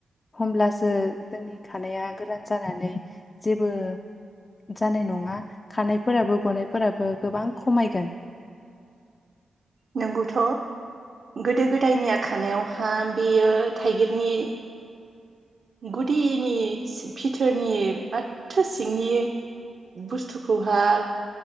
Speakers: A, on the left; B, on the right.
A: होमब्लासो जोंनि खानाया गोरान जानानै जेबो जानाय नङा खानायफोराबो गनायफोराबो गोबां खमायगोन।
B: नोंगौथ'। गोदो गोदायनि खानायावहा बेयो थाइगिरनि गुदिनि सि भिथोरनि माथो सिंनि बुस्थुखौहा